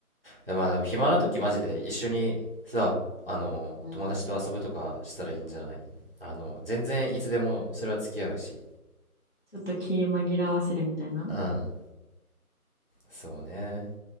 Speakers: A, on the right; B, on the left.
A: や、まあでも暇な時マジで一緒にさ、あの、
B: うん
A: 友達と遊ぶとかしたらいいんじゃないあの、全然いつでもそれは付き合うし。
B: ちょっと気紛らわせるみたいな。
A: うん、そうね。